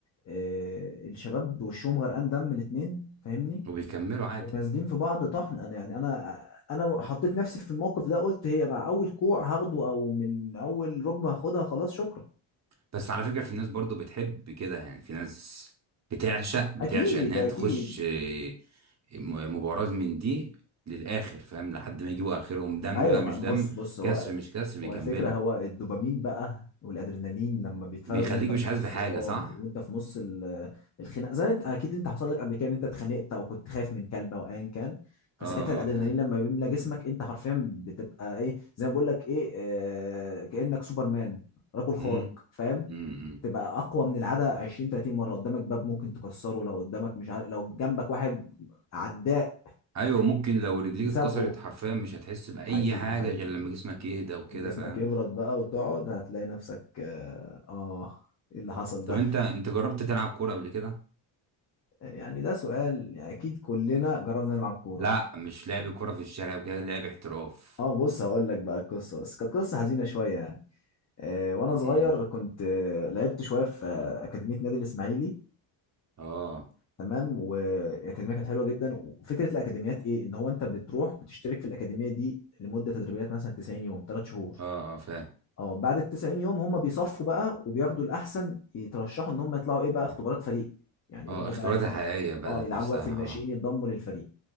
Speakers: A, on the left; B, on the right.
A: آه، الشباب وشهم غرقان دم الاتنين فاهمني
B: وبيكملوا عادي
A: ونازلين في بعض طحن انا يعني انا انا حطيت نفسي في الموقف ده قلت هي مع اول كوع هاخده او من اول ركبه هاخدها خلاص شكرا
B: بس على فكرة في ناس برضو بتحب كده يعني في ناس بتعشق بتعشق
A: اكيد
B: انها
A: اكيد
B: تخش آه، م- مباراة من دي للآخر فاهم لحد ما يجيبوا آخرهم دم
A: ايوه
B: بقى
A: ما-
B: مش
A: بص
B: دم
A: بص هو
B: كسر مش كسر بيكملوا
A: هو الفكرة هو الدوبامين بقى والادرينالين لما بيتفرز
B: بيخليك
A: وانت
B: مش
A: في نص
B: حاسس بحاجة
A: اه
B: صح؟
A: وانت في نص ال- الخناق زي انت اكيد انت حصل لك قبل كده ان انت اتخانقت او كنت خايف من كلب او ايا كان فساعتها
B: اه اه
A: الادرينالين
B: فاهم
A: لما بيملى جسمك انت حرفيا بتبقى ايه زي ما بقول لك ايه آه كأنك سوبرمان رجل خارق
B: مم،
A: فاهم
B: مم، مم.
A: تبقى اقوى من العاده 20 30 مره قدامك باب ممكن تكسره لو قدامك مش عارف لو جنبك واحد عداء
B: ايوه ممكن لو رجليك
A: تسابقه
B: اتكسرت حرفيا مش هتحس بأي
A: حقيقي
B: حاجة
A: حقيقي
B: غير لما جسمك يهدى وكده
A: لما جسمك
B: فاهم
A: يبرد بقى وتقعد هتلاقي نفسك اه آه، ايه اللي حصل ده
B: طب انت انت جربت تلعب كورة قبل كده؟
A: يعني ده سؤال يعني اكيد كلنا جربنا نلعب كورة
B: لا مش لعب كورة في الشارع وكده لعب احتراف
A: اه بص هقول لك بقى القصة بس كانت قصة حزينة شوية يعني آه وانا
B: مم.
A: صغير كنت آه لعبت شوية في آه، أكاديمية نادي الإسماعيلي
B: اه
A: تمام والأكاديمية كانت حلوة جدا وفكرة الأكاديميات ايه ان هو انت بتروح بتشترك في الأكاديمية دي لمدة تدريبيات مثلا 90 يوم 3 شهور
B: اه اه فاهم
A: اه بعد ال 90 يوم هم بيصفوا بقى وبياخدوا الاحسن يترشحوا ان هم يطلعوا ايه بقى اختبارات فريق يعني
B: اه
A: يروحوا
B: اختبارات
A: بقى إيه؟
B: الحقيقية بدأت
A: اه يلعبوا
B: نفسها
A: بقى في الناشئين
B: اه
A: يتضموا للفريق